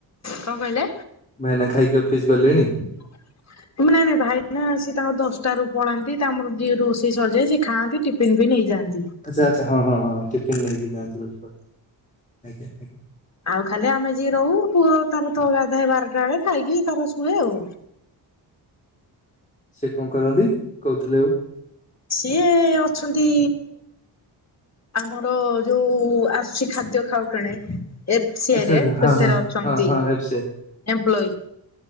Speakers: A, on the left (about 35°); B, on the left (about 15°).
A: କଣ କହିଲେ?
B: ଭାଇନା ଖାଇକି ଅଫିସ ଗଲେଣି।
A: <inaudible> ନାଇଁ ନାଇଁ ଭାଇନା ସିଏ ତାଙ୍କର ଦଶଟାରୁ ପଳାନ୍ତି ତାଙ୍କର ଯିଏ ରୋଷେଇ ସରିଯାଏ ସେ ଖାନ୍ତି ଟିଫନ୍ ବି ନେଇଯାଆନ୍ତି।
B: ଆଛା ଆଛା ହଁ ହଁ ହଁ ଟିଫିନ୍ ନେଇକି ଯାଆନ୍ତୁ ବୋଲି କହୁ ଆଜ୍ଞା ଆଜ୍ଞା।
A: ଆଉ ଖାଲି ଆମେ ଯିଏ ରହୁ ପୁଅ ତାର ତ ଗାଧାଏ ବାରଟା ବେଳେ ଖାଇକି ତାର ଶୁଏ ଆଉ।
B: ସେ କଣ କରନ୍ତି କହୁଥିଲେ
A: ସିଏ ଅଛନ୍ତି ଆମର ଯୋଉଁ ଆସୁଛି ଖାଦ୍ୟ ଖାଉଟେଣି। ଏଫ ସି
B: ଆଚ୍ଛା
A: ଆଇ ରେ
B: ଆଚ୍ଛା ହଁ
A: ସେଥିରେ
B: ହଁ
A: ଅଛନ୍ତି
B: ହଁ ହଁ ଏଫ୍ ସି
A: ଏପ୍ଲୋଇ।